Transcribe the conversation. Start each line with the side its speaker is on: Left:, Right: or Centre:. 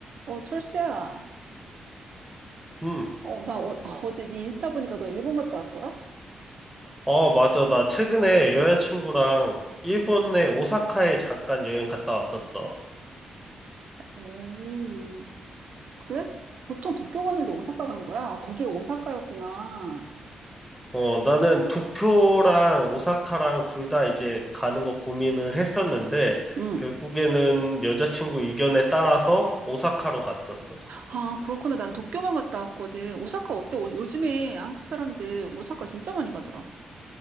Right: 어, 철수야.
Centre: 음.
Right: 어, 나 어, <laughs> 어제 네 인스타 보니까 너 일본 갔다 왔더라?
Centre: 어, 맞아. 나 최근에 여자친구랑 일본의 오사카에 잠깐 여행 갔다 왔었어.
Right: 오, 그래? 보통 도쿄 가는데 오사카 간 거야? 아, 거기 오사카였구나.
Centre: 어, 나는 도쿄랑 오사카랑 둘 다 이제 가는 거 고민을 했었는데,
Right: 응.
Centre: 결국에는 여자친구 의견에 따라서 오사카로 갔었어.
Right: 아, 그렇구나. 난 도쿄만 갔다 왔거든. 오사카 어때? 오- 요즘에 한국 사람들 오사카 진짜 많이 가더라.